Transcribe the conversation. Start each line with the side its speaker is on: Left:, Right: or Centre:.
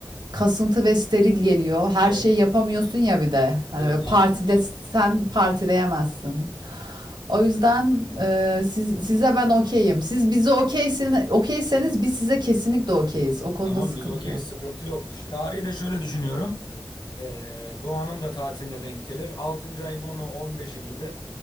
Right: kasıntı ve steril geliyor. Her
Left: Evet.
Right: şeyi yapamıyorsun ya bir de. Hani
Left: Evet
Right: böyle partide
Left: aynen öyle.
Right: sen partileyemezsin. O yüzden e, siz, size ben okeyim. Siz bize okeysin, okeyseniz biz size kesinlikle okeyiz. O konuda
Left: Tamam
Right: sıkıntı
Left: biz okeyiz
Right: yok.
Left: sıkıntı yok. Şu tarihi de şöyle düşünüyorum. Ee, Doğan'ın da tatiline denk gelir. 6. ayın 10'u 15'i gibi